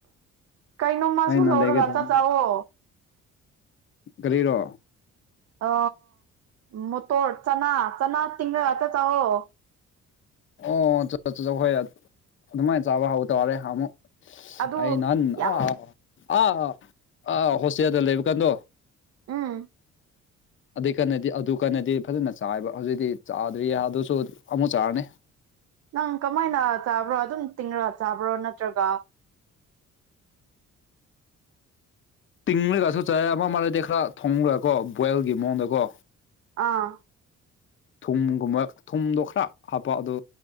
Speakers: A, on the right; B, on the left.
A: ꯀꯩꯅꯣ ꯃꯥꯁꯨ
B: ꯑꯩꯅ
A: ꯂꯧꯔꯒ
B: ꯂꯩꯒꯗꯧꯅꯦ
A: ꯆꯥꯛ ꯆꯥꯋꯣ
B: ꯀꯔꯤꯔꯣ
A: ꯑ ꯃꯣꯇꯣꯔ ꯆꯅꯥ ꯆꯅꯥ ꯇꯤꯡꯔꯒ ꯆꯥꯛ ꯆꯥꯑꯣ
B: ꯑꯣ ꯆꯠ ꯆꯠ ꯍꯣꯏ ꯑꯗꯨꯃꯥꯏ ꯆꯥꯕ ꯍꯧꯇꯥꯔꯦ ꯑꯃꯨꯛ
A: ꯑꯗꯨ
B: ꯑꯩ ꯅꯍꯥꯟ
A: ꯌꯥꯝ
B: ꯑ ꯑꯥ ꯑꯥ ꯍꯣꯁꯇꯦꯜꯗ ꯂꯩꯕ ꯀꯥꯟꯗꯣ
A: ꯑꯥ
B: ꯑꯗꯨꯏꯀꯥꯟꯗꯗꯤ ꯑꯗꯨꯀꯥꯟꯗꯗꯤ ꯐꯖꯅ ꯆꯥꯏꯕ ꯍꯧꯖꯤꯛꯇꯤ ꯆꯥꯗ꯭ꯔꯤ ꯑꯗꯨꯁꯨ ꯑꯃꯨꯛ ꯆꯥꯔꯅꯤ
A: ꯅꯪ ꯀꯃꯥꯏꯅ ꯆꯥꯕ꯭ꯔꯣ ꯑꯗꯨꯝ ꯇꯤꯡꯔꯒ ꯆꯥꯕ꯭ꯔꯣ ꯅꯠꯇ꯭ꯔꯒ <inaudible>
B: ꯇꯤꯡꯔꯒꯁꯨ ꯆꯥꯏ ꯑꯃ ꯑꯃ ꯂꯩꯗ ꯈꯔ ꯊꯣꯡꯔꯒꯀꯣ ꯕꯣꯏꯜꯒꯤ ꯃꯑꯣꯡꯗꯀꯣ
A: ꯑꯥ
B: ꯊꯨꯝꯒꯨꯝꯕ ꯊꯨꯝꯗꯣ ꯈꯔ ꯍꯥꯞꯄ ꯑꯗꯨ